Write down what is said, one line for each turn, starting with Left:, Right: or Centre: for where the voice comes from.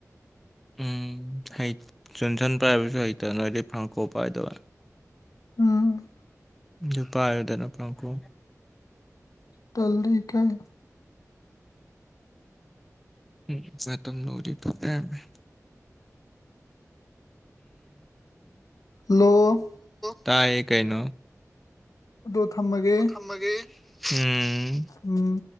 Centre: ꯎꯝ ꯍꯩ ꯖꯟꯁꯟ ꯄꯥꯏꯕꯁꯨ ꯍꯩꯇ ꯅꯣꯏꯗꯤ ꯐꯥꯡꯀꯣ ꯄꯥꯏꯗꯕ
Left: ꯎꯝ
Centre: ꯅꯨꯄꯥ ꯑꯌꯗꯟ ꯑꯄꯥ ꯀ
Left: ꯇꯂꯤꯀꯩ
Centre: ꯎꯝ ꯃꯇꯝ ꯅꯔꯤ ꯇꯣꯛꯅꯒ꯭ꯔꯦ
Left: ꯍꯂꯣ
Centre: ꯇꯥꯏ ꯀꯩꯅꯣ
Left: ꯑꯗꯣ ꯊꯝꯃꯒꯦ
Centre: ꯇꯣ ꯊꯃꯒꯦ ꯎꯝ
Left: ꯎꯝ